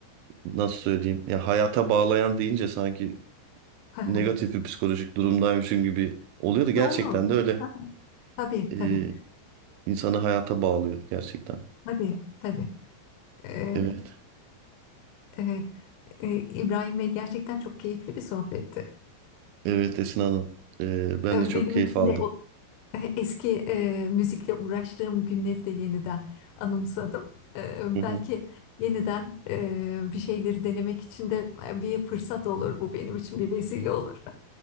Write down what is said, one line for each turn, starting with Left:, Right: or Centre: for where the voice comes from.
Right: nasıl söyleyeyim ya hayata bağlayan deyince sanki
Left: <laughs>
Right: negatif bir psikolojik durumdaymışım gibi oluyor da gerçekten
Left: Yo yo.
Right: de öyle.
Left: Tabii
Right: E,
Left: tabii.
Right: insanı hayata bağlıyor gerçekten.
Left: Tabii tabii. E,
Right: Evet.
Left: evet. E, İbrahim Bey gerçekten çok keyifli bir sohbetti.
Right: Evet Esin Hanım. E, ben
Left: E, Evet.
Right: de çok
Left: benim
Right: keyif
Left: için
Right: aldım.
Left: de o e, eski e, müzikle uğraştığım günleri de yeniden anımsadım. E,
Right: <laughs>
Left: belki yeniden e, bir şeyleri denemek için de e, bir fırsat olur bu benim için bir vesile olur.